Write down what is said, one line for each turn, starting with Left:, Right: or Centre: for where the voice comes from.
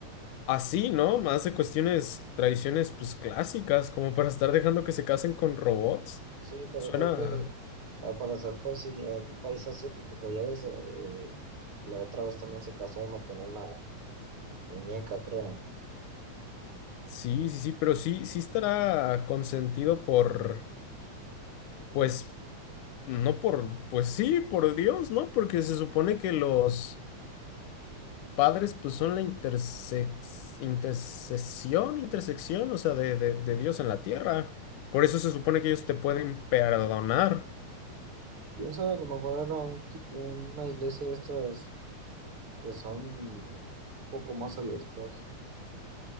Left: así, ¿no? Más de cuestiones, tradiciones, pues clásicas, como para estar dejando que se casen con robots.
Right: sí, pero
Left: Suena,
Right: creo que al parecer pues sí, en un país asiático, pues ya ves, eh, la otra vez también se casó uno con una muñeca, creo.
Left: sí, sí, sí, pero sí, sí estará consentido por, pues, no por, pues sí, por Dios, ¿no? Porque se supone que los padres, pues, son la intersex, intersección, intersección, o sea, de, de de Dios en la tierra. Por eso se supone que ellos te pueden perdonar.
Right: Quién sabe, a lo mejor era un ti- una iglesia de estas que son un poco más abiertas,